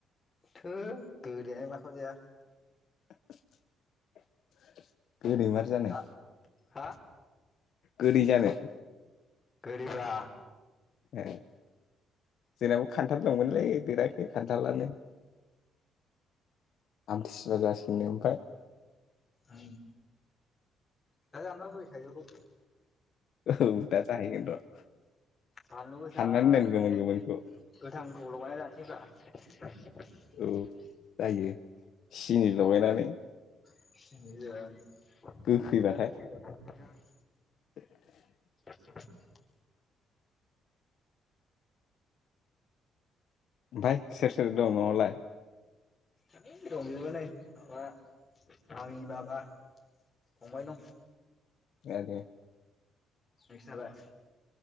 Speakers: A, on the left (about 25°); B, on the left (about 60°).
A: थोद गोदैयानो लाखावजाया। <inaudible>
B: <inaudible> गोदैमार जानो?
A: दा हा
B: गोदै जानो?
A: गोदैब्रा
B: ए जोंनाबो खान्थाल दंमोनलै देराखै खान्थालानो आमथिसुवा जासिगोननो ओमफ्राय
A: उम दा जानोबा बै थाइजौखौ?
B: औ दा जाहैगोन र'
A: बानलु गोसा
B: हाननानै
A: होननानै
B: दोन गोमोन गोमोनखौ
A: गोथांखौ लगायना जानोसैब्रा
B: औ जायो सिनि लगायनानै
A: सिनिजों <unintelligible>
B: गोखैबाथाय <inaudible>
A: <inaudible>
B: ओमफ्राय सोर सोर दं न'आवलाय?
A: ओंलै दंजोबो नै माबा मामि बाबा फंबाय दं
B: आ दे
A: नोंसालाय?